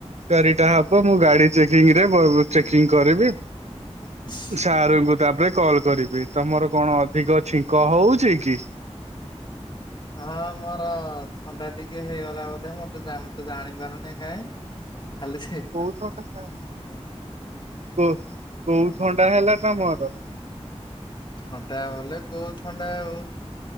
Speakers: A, on the right (about 80°); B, on the left (about 45°).
A: ଚାରିଟା ହବ ମୁଁ ଗାଡି ଚେକିଂ ରେ ବ ଚେକିଂ କରିବି।
B: ଉସ୍ <unintelligible>
A: ସାରଙ୍କୁ ତାପରେ କଲ୍ କରିବି ତମର କଣ ଅଧିକ ଛିଙ୍କ ହଉଛି କି?
B: ହଁ ମୋର ଥଣ୍ଡା ଟିକେ ହେଇଗଲା ବୋଧେ ମୁଁ ତ ଜାଣିତ ଜାଣିପାରୁନି କାଇଁ। ଖାଲି ଛିଁ।
A: କଉ ପ୍ରକାର କ କୋଉ ଥଣ୍ଡା ହେଲା ତମର?
B: ଥଣ୍ଡା ଗଲେ କୋଉ ଥଣ୍ଡା ଆଉ।